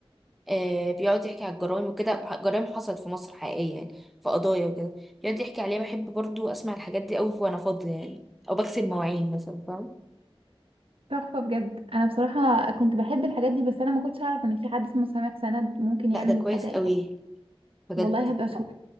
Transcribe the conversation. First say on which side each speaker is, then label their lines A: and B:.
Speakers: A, in the centre; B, on the right.
A: آه، بيقعد يحكي على الجرائم وكده جرائم حصلت في مصر حقيقية يعني في قضايا وكده بيقعد يحكي عليها بحب برضو أسمع الحاجات دي أوي وأنا فاضية يعني أو بغسل مواعين مثلا فاهم
B: تحفة بجد انا بصراحة كنت بحب الحاجات دي بس انا ما كنتش اعرف ان في حد اسمه سامح سند ممكن
A: لا
B: يعمل
A: ده كويس
B: الحاجة
A: أوي
B: يعني
A: بجد
B: والله هبقى اشوف